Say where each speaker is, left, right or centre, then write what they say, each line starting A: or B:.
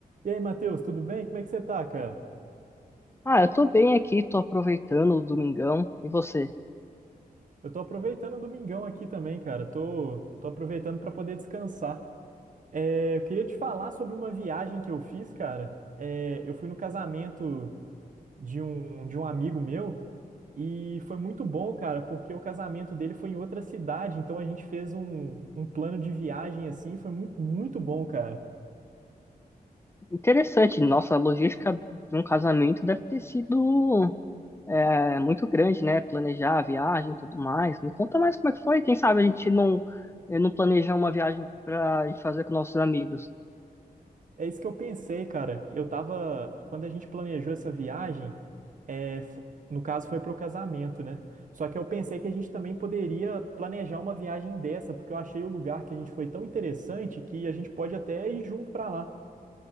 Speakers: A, on the right; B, on the left.
A: E aí, Matheus, tudo bem? Como é que você tá, cara?
B: Ah, eu tô bem aqui, tô aproveitando o domingão. E você?
A: Eu tô aproveitando o domingão aqui também, cara. Tô, tô aproveitando pra poder descansar. É, eu queria te falar sobre uma viagem que eu fiz, cara. É, eu fui no casamento de um, de um amigo meu e foi muito bom, cara, porque o casamento dele foi em outra cidade, então a gente fez um, um plano de viagem assim, foi muito, muito bom, cara.
B: Interessante, nossa, a logística de um casamento deve ter sido é, muito grande, né? Planejar a viagem e tudo mais. Me conta mais como é que foi. Quem sabe a gente não, eh, não planeja uma viagem pra gente fazer com nossos amigos.
A: É isso que eu pensei, cara. Eu tava. Quando a gente planejou essa viagem, é, fo- no caso foi para o casamento, né? Só que eu pensei que a gente também poderia planejar uma viagem dessa, porque eu achei o lugar que a gente foi tão interessante que a gente pode até ir junto para lá.